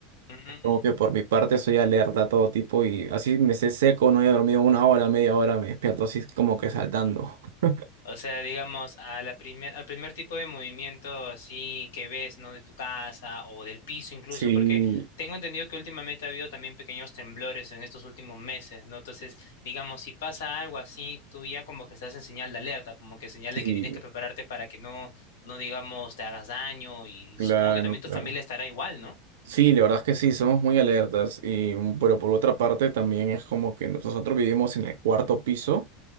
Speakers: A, on the left; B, on the right.
A: Mm,
B: como que por mi parte soy alerta a todo tipo y así me esté seco, no he dormido una hora, media hora, me despierto así como que saltando. <laughs>
A: O sea, digamos, a la primer, al primer tipo de movimiento así que ves, ¿no? De tu casa o del piso incluso,
B: Sí,
A: porque tengo entendido que últimamente ha habido también pequeños temblores en estos últimos meses, ¿no? Entonces, digamos, si pasa algo así, tú ya como que estás en señal de alerta, como que señal
B: sí,
A: de que tienes que prepararte para que no, no digamos, te hagas daño y
B: claro,
A: supongo que también
B: claro.
A: tu familia estará igual, ¿no?
B: Sí, la verdad es que sí, somos muy alertas, y, pero por otra parte también es como que nosotros vivimos en el cuarto piso.